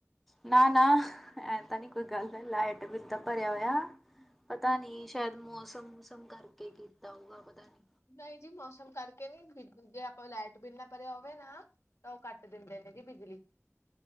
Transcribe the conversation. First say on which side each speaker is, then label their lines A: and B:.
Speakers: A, in the centre; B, on the left.
A: ਨਾ ਨਾ ਐਂ ਤਾਂ ਨੀ ਕੋਈ ਗੱਲ ਲਾਈਟ ਬਿੱਲ ਤਾਂ ਭਰਿਆ ਹੋਇਆ ਪਤਾ ਨੀ ਸ਼ਾਇਦ ਮੌਸਮੂਸਮ ਕਰਕੇ ਕੀਤਾ ਹੋਊਗਾ ਪਤਾ ਨੀ
B: ਨਹੀਂ ਜੀ ਮੌਸਮ ਕਰਕੇ ਨੀ ਜੇ ਆਪਾਂ ਲਾਈਟ ਬਿੱਲਣਾ ਭਰਿਆ ਹੋਵੇ ਨਾ ਤਾਂ ਉਹ ਕੱਟ ਦਿੰਦੇ ਨੇ ਜੀ ਬਿਜਲੀ